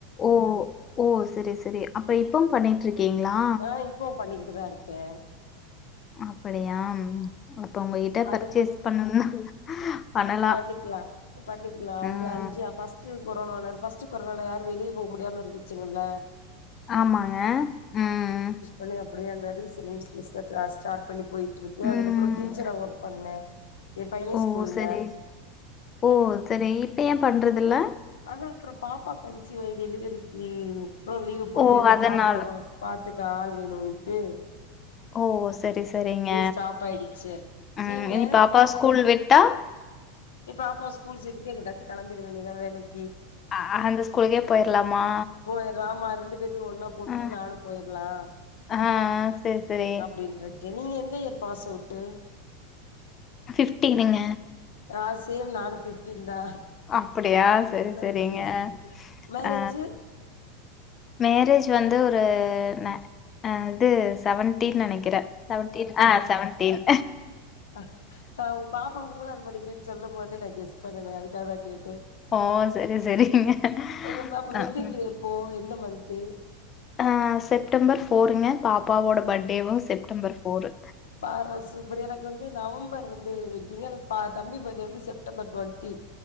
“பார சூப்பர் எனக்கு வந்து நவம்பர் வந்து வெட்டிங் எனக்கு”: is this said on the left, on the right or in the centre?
Left